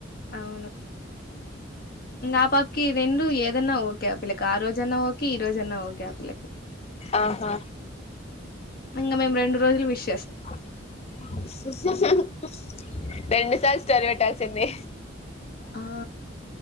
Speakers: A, on the left (about 50°); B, on the left (about 35°).
A: అవును ఇంగ ఆ పాపకి రెండు ఏద ఏ రోజన్నా ఓకే ఆ పిళ్ల కి ఆ రోజన్నఓకే ఏ రోజన్న ఓకే ఆపిల్లకు
B: ఆహా
A: ఇంకా మేము రెండు రోజులు విష
B: <unintelligible> రెండూ సర్ స్టోర్ఈ పెటల్సుండి
A: ఆ